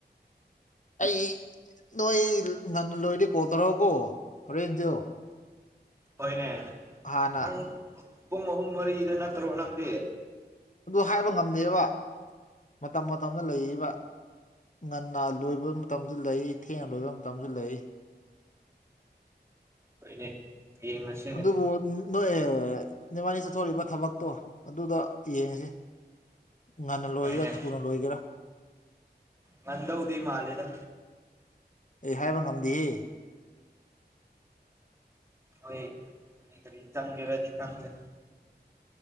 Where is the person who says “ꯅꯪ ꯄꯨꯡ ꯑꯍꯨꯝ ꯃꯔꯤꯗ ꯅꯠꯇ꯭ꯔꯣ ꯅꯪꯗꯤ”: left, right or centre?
Right